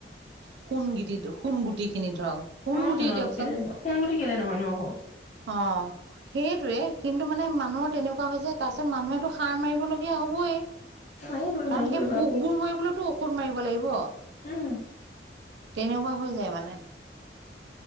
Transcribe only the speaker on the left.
অ'
তুন
আৰু কেলে নহয়, সোণগুটি কেলে নহয়নো আকৌ।
মাৰিবই
মাৰিবই
বাপোক
উম।